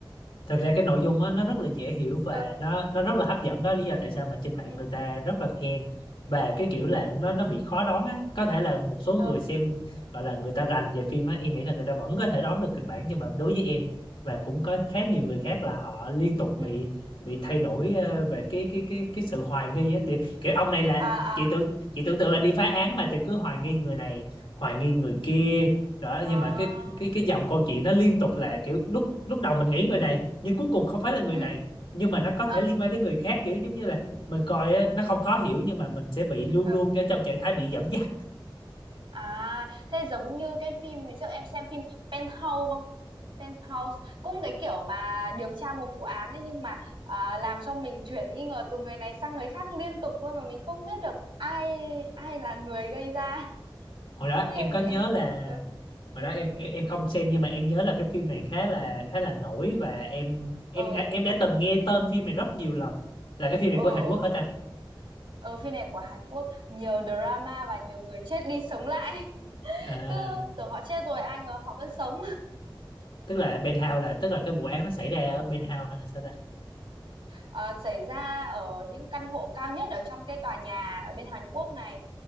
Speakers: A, on the left (about 70°); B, on the right (about 75°).
A: thật ra cái nội dung á nó rất là dễ hiểu và
B: ừ
A: nó nó rất là hấp dẫn đó lý do tại sao mà trên mạng
B: ừ
A: người ta rất là khen và cái kiểu
B: ừ
A: là nó nó bị khó đoán á có thể là một số người
B: ừ
A: xem gọi là người ta rành về phim á em nghĩ là người ta vẫn có thể đoán được kịch bản nhưng mà đối với em và cũng có khá nhiều người khác là họ liên tục bị
B: ừ
A: bị thay đổi ờ, về cái cái cái cái sự hoài nghi á thì kiểu ông này là
B: à
A: chị
B: à
A: tưởng chị tưởng tượng là đi phá án mà thì cứ hoài nghi người này hoài nghi người kia đó
B: à
A: nhưng mà cái cái cái dòng câu chuyện nó liên tục là kiểu lúc lúc đầu mình nghĩ người này nhưng cuối cùng không phải là người
B: ừ
A: này
B: ừ
A: nhưng mà nó có
B: à,
A: thể liên quan tới người khác kiểu giống như là mình coi á, nó không khó hiểu nhưng mà mình sẽ bị luôn
B: ừ
A: luôn ở trong trạng thái bị dẫn dắt
B: À, thế giống như cái phim ngày trước em xem phim Penthouse không? Penthouse cũng cái kiểu mà điều tra một vụ án ấy nhưng mà à, làm cho mình chuyển nghi ngờ từ người này sang người khác liên tục luôn mà mình không biết được ai ai là người gây ra.
A: hồi đó
B: Với
A: em
B: em
A: có
B: em
A: nhớ
B: có
A: là
B: xem không? Ừ.
A: hồi
B: Ừ.
A: đó em, em em không xem nhưng mà em nhớ là cái phim này khá là khá là nổi và em em
B: Ờ.
A: đã, em đã từng nghe tên phim này rất nhiều lần là cái phim
B: Ờ
A: này của Hàn
B: ờ.
A: Quốc hả ta
B: Ờ phim này của Hàn Quốc nhiều drama và nhiều người chết đi sống lại. <laughs>
A: à,
B: Cứ tưởng họ chết rồi ai ngờ họ vẫn sống.
A: tức là Penthouse là tức là cái vụ án nó xảy ra ở Penthouse hay là sao ta
B: Ờ, xảy ra ở những căn hộ cao nhất ở trong cái tòa nhà ở bên Hàn Quốc này